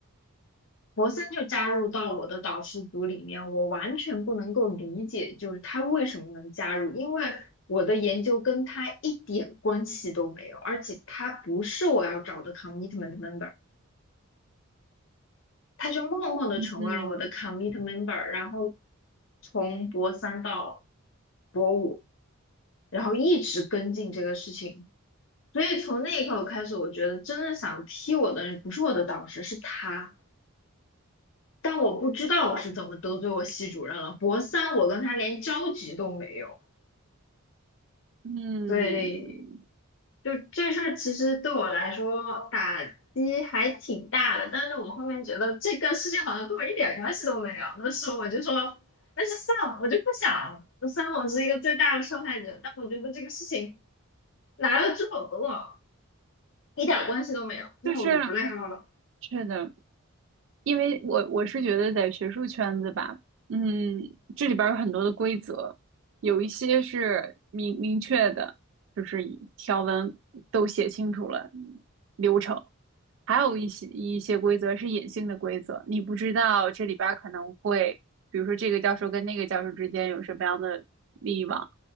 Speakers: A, on the left (about 55°); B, on the right (about 55°).
A: 博森就加入到我的导师组里面，我完全不能够理解，就是他为什么能加入，因为我的研究跟他一点关系都没有，而且他不是我要找的 commitment member，他就默默的成为了我的
B: 嗯
A: commitment member，然后从博三到博五，然后一直跟进这个事情，所以从那一刻开始，我觉得真正想踢我的人不是我的导师，是他。但我不知道我是怎么得罪我系主任了。博三我跟他连交集都没有，
B: 嗯，
A: 所以就这事儿其实对我来说打击还挺大的。但是我后面觉得这个事情好像跟我一点关系都没有，那时候我就说，那就算了，我就不想。虽然我是一个最大的受害者，但我觉得这个事情来了之后和我一点关系都没有，那我就不内耗了。
B: 就是是的，因为我我是觉得在学术圈子吧，嗯，这里边儿有很多的规则，有一些是明明确的，就是条文都写清楚了流程，还有一些一些规则是隐性的规则，你不知道这里边儿可能会，比如说这个教授跟那个教授之间有什么样的利益网，